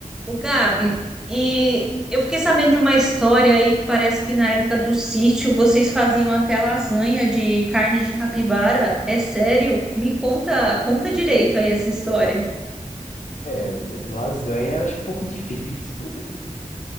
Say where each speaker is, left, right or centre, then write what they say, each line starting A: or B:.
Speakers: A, in the centre; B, on the left.
A: O Gabi, e eu fiquei sabendo de uma história aí que parece que na época do sítio vocês faziam até lasanha de carne de capivara. É sério? Me conta, conta direito aí essa história.
B: É, lasanha eu acho um pouco difícil, <laughs>